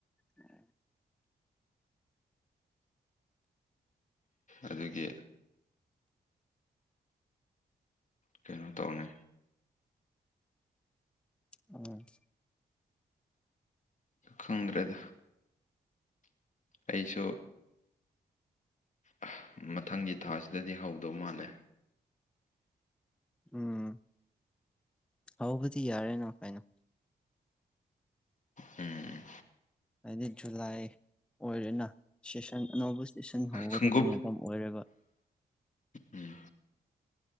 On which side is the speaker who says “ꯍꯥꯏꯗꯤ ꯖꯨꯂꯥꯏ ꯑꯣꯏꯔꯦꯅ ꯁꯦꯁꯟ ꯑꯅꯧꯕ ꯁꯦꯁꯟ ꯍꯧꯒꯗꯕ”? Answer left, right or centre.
Centre